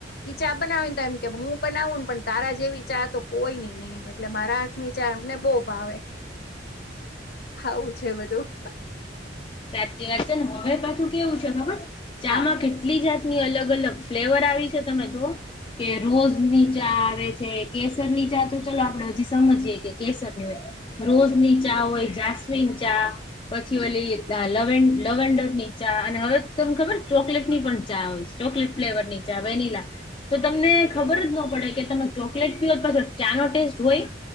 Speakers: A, on the left; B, on the left.
A: ઈ ચા બનાવીને એમ કે હું બનાવું ને પણ તારા જેવી ચા તો કોઈની નહી. એટલે મારા હાથની ચા એમને બહુ ભાવે.
B: <inaudible>
A: આવું છે બધું.
B: સાચી વાત છે ને હવે પાછું કેવું છે ખબર છ ચામાં
A: હા.
B: કેટલી જાત. ની અલગ અલગ ફ્લેવર આવી છે તમે જોવો કે રોઝની ચા આવે છે. કેસરની ચા તો ચાલો આપણે હજી સમજીએ કે કેસર <unintelligible> રોજ ની ચા હોય, જાસ્મિન ચા પછી ઓલી આ લવેન લવેન્ડર ની ચા અને હવે તન ખબર છ ચોકલેટની પણ ચા આવે છે. ચોકલેટ ફ્લેવરની ચા વેનીલા તો તમને ખબર જ નો પડે કે તમે ચોકલેટ પીઓ પાછો ચા નો ટેસ્ટ હોય.